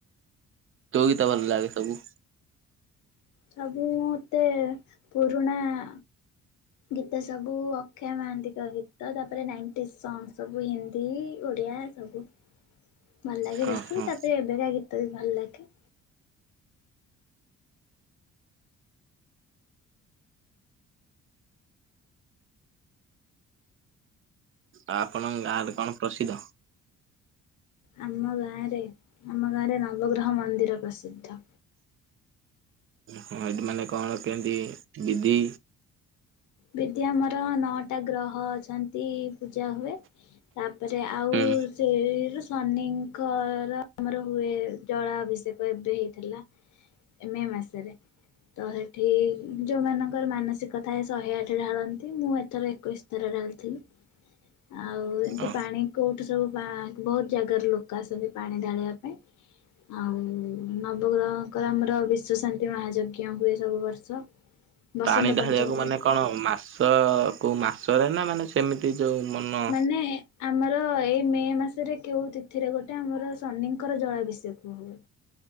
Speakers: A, on the right; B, on the left.
A: କୋଉ ଗୀତ ଭଲ ଲାଗେ ତମକୁ।
B: ସବୁ ମତେ ପୁରୁଣା ଆ। ଗୀତ ସବୁ ଅକ୍ଷୟ ମହାନ୍ତିଙ୍କ ଗୀତ ତାପରେ ନାଇଣ୍ଟି ସଙ୍ଗ୍ ସବୁ ହିନ୍ଦୀ ଏ ବଢ଼ିଆ ସବୁ। ଭଲ ଲାଗେ
A: ହଁ
B: ବେଶୀ
A: ହଁ
B: ତାପରେ ଏବେକା ଗୀତ ବି ଭଲ ଲାଗେ।
A: ଆ ଆପଣଙ୍କ ଗାଁରେ କଣ ପ୍ରସିଦ୍ଧ।
B: ଆମ ଗାଁରେ ଆମ ଗାଁରେ ନବଗ୍ରହ ମନ୍ଦିର ପ୍ରସିଦ୍ଧ।
A: ହଁ ଏଠି ମାନେ କଣ କେମତି ବିଧି।
B: ବିଧି ଆମର ନଅଟା ଗ୍ରହ ଅଛନ୍ତି ପୂଜା ହୁଏ ତାପରେ ଆଉ।
A: ହୁଁ
B: ଆଉ ସେଇରୁ ଶନିଙ୍କର ଆମର ହୁଏ ଜଳା ଅଭିଷେକ ଏବେ ହେଇଥିଲା। ମେ ମାସରେ ତ ହେଠି ଯୋଉମାନାନଙ୍କର ମାନସିକ ଥାଏ। ଶହେ ଆଠ ଢାଳନ୍ତି ମୁଁ ଏଥର ଏକୋଇଶ ଥର ଢାଳିଥିଲି। ଆଉ ଏମିତି
A: ଅ
B: ପାଣି କୋଉଠି ସବୁ ବା ବହୁତ ଜାଗାରୁ ଲୋକ ଆସନ୍ତି ପାଣି ଢାଳିବା ପାଇଁ। ଆଉ ନବଗ୍ରହଙ୍କର ଆମର ବିଶ୍ଵ ଶାନ୍ତି ମହାଯଜ୍ଞ ହୁଏ ସବୁ ବର୍ଷ। ବସନ୍ତ
A: ପାଣି ଢାଳିବାକୁ
B: ପଞ୍ଚମୀରେ।
A: ମାନେ କଣ ମାସ କୋଉ ମାସରେ ନା ମାନେ ସେମିତି ଯୋଉ ମନ?
B: ମାନେ ଆମର ଏଇ ମେ ମାସରେ କେଉ ତିଥିରେ ଗୋଟେ ଆମର ଶନିଙ୍କର ଜଳାଭିଷେକ ହୁଏ।